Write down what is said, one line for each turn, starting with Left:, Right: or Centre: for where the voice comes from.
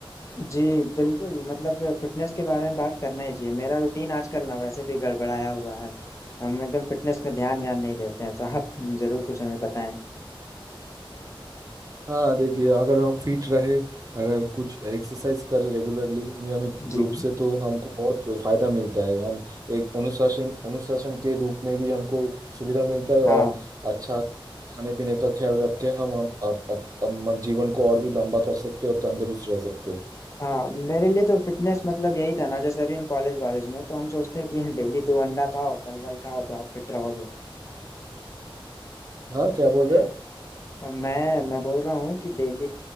Left: जी बिल्कुल मतलब फिटनेस के बारे में बात करना ही चाहिए मेरा रूटीन आजकल ना वैसे भी गड़बड़ाया हुआ है हम एकदम फिटनेस में ध्यान व्यान नहीं देते हैं तो आप जरूर कुछ हमें बताएं
Right: हाँ देखिए अगर हम फिट रहे अगर कुछ एक्सरसाइज करें रेगुलरली नियमित
Left: जी
Right: रूप से तो हमको बहुत फायदा मिलता है हम एक अनुशासन अनुशासन के रूप में भी हमको सुविधा मिलता है और
Left: हाँ
Right: अच्छा खाने पीने का ख्याल रख के हम, हम, हम, हम, हम जीवन को और भी लंबा कर सकते हैं और तंदुरुस्त रह सकते हैं
Left: हाँ मेरे लिए तो फिटनेस मतलब यही था ना जैसे अभी हम कॉलेज वॉलेज में तो हम सोचते हैं कि <laughs> डेली दो अंडा खाओ फल वल खाओ तो आप फिट रहोगे
Right: हाँ क्या बोल
Left: तो
Right: रहे हैं
Left: मैं मैं बोल रहा हूँ कि डेली